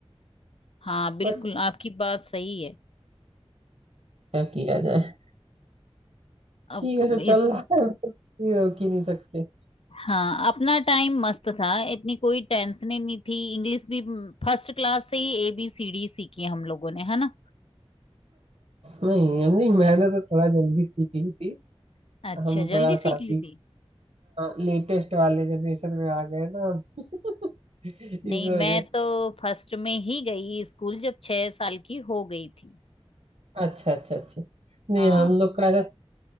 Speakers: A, on the left; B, on the right.
A: हाँ बिल्कुल
B: बट
A: आपकी बात सही है
B: क्या किया जाए
A: अब
B: ठीक
A: क-
B: है जो
A: इस
B: चल रहा है <laughs> उसको कि नहीं सकते
A: हाँ अपना टाइम मस्त था इतनी कोई टेंशन ही नहीं थी इंग्लिश भी फर्स्ट क्लास से ही ए बी सी डी सीखी हम लोगों ने है ना
B: नहीं नहीं मैंने तो थोड़ा जल्दी सीखी थी
A: अच्छा
B: हम थोड़ा
A: जल्दी
B: सा
A: सीख
B: अभी
A: ली थी
B: लेटेस्ट वाले जनरेशन में आ गए ना हम। <laughs> इस
A: नहीं
B: वजह
A: मैं
B: से
A: तो फर्स्ट में ही गई स्कूल जब छह साल की हो गई थी
B: अच्छा अच्छा अच्छा नहीं
A: हाँ
B: हम लोग का ऐसा